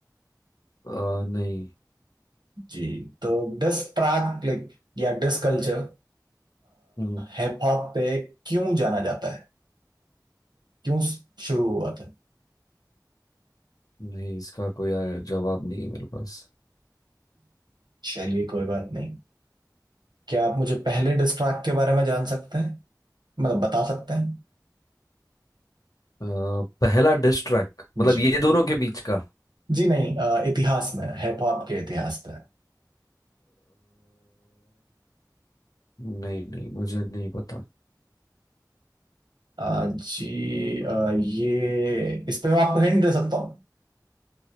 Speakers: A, on the left (about 55°); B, on the right (about 80°).
A: अ, नहीं
B: जी तो डिस ट्रैक लाइक या डिस कल्चर
A: हम्म,
B: हिप हॉप पे क्यों जाना जाता है क्यों शुरू हुआ था
A: नहीं इसका कोई आया- जवाब नहीं है मेरे पास
B: चलिए कोई बात नहीं क्या आप मुझे पहले डिस्ट्रैक्ट के बारे में जान सकते हैं मतलब बता सकते हैं
A: अ, पहला डिस ट्रैक मतलब
B: जी
A: ये दोनों के बीच का अ,
B: जी नहीं अ, इतिहास में हिप हॉप के इतिहास में
A: नहीं नहीं मुझे नहीं पता
B: अ, जी अ, ये इस पे मैं आपको हिंट दे सकता हूँ